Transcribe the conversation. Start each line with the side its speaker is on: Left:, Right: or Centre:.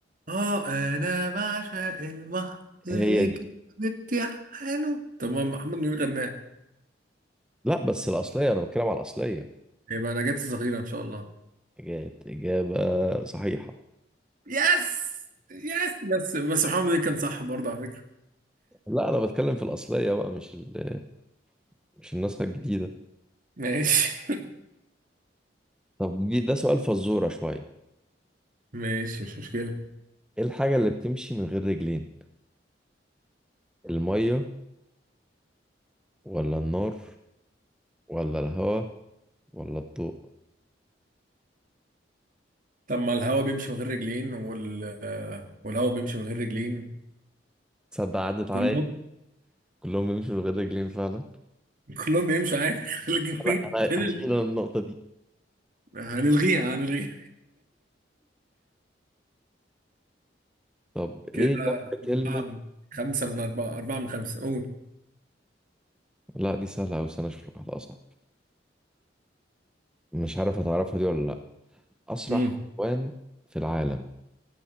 Right: اه انا بعشق البحر زيك
Centre: هي دي
Right: بتحنه طب ما محمد منير غناه
Centre: لا بس الأصلية أنا بتكلم على الأصلية
Right: يبقى انا جت صغيرة ان شاء الله
Centre: كانت إجابة صحيحة
Right: يس يس بس بس محمد منير كان صح برضه على فكرة
Centre: لا أنا بتكلم في الأصلية بقى مش ال... مش النسخة الجديدة
Right: ماشي <laughs>
Centre: طب دي- ده سؤال فزورة شوية
Right: ماشي مش مشكلة
Centre: إيه الحاجة اللي بتمشي من غير رجلين المية ولا النار ولا الهواء ولا الضوء
Right: طب ما الهوا بيمشي من غير رجلين وال آه، والهوا بيمشي من غير رجلين
Centre: تصدق عدت
Right: كلهم
Centre: عليا كلهم بيمشوا من غير رجلين فعلا
Right: كلهم بيمشوا عادي <laughs> لكن فين
Centre: لا أنا
Right: فين ال...
Centre: هشيل أنا النقطة دي
Right: هنلغيها هنلغيها
Centre: طب
Right: كده
Centre: إيه جنب كلمة
Right: أربعة من خمسة من أربعة أربعة من خمسة قول
Centre: لا دي سهلة أوي استنى أشوف لك واحدة أصعب مش عارف هتعرفها دي ولا لأ أسرع
Right: امم
Centre: حيوان في العالم